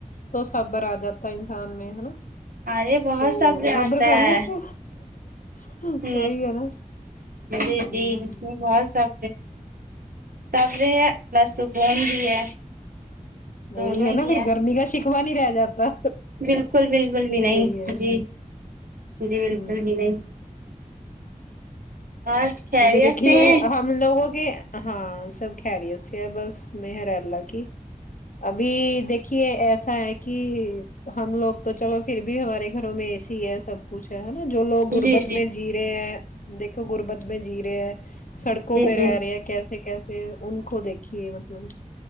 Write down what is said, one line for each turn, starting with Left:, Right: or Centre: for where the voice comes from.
Left: تو سبر آ جاتا انسان میں ہے نا
Right: ارے بہت
Left: تو
Right: سبر
Left: صبر
Right: آتا
Left: کر
Right: ہے
Left: لیتے ہیں،
Right: ہ
Left: وہی ہے نا
Right: جی
Left: ہ
Right: جی اس میں بہت سب سبر ہ پلس سکون بھی ہے دونوں
Left: وہی
Right: ہی
Left: ہے نا پھر گرمی کا شکوا نہیں رہ جاتا
Right: بالکل بالکل بھی نہیں
Left: یہی ہے
Right: جی جی بالکل
Left: ہ
Right: بھی نہیں اور خیریت
Left: ابھی دیکھیے
Right: سے ہے
Left: ہم لوگوں کے ہاں سب خیریت سے ہے بس میہر اللہ کی ابھی دیکھیے ایسا ہے کہ ہم لوگ تو چلو پھر بھی ہمارے گھروں میں اے سی ہے سب کچھ ہے نا جو لوگ
Right: جی
Left: غربت
Right: جی
Left: میں جی رہے ہیں دیکھو غربت میں جی رہے ہیں سڑکوں پہ
Right: جی
Left: رہ رہے ہیں کیسے کیسے ان کو دیکھیے مطلب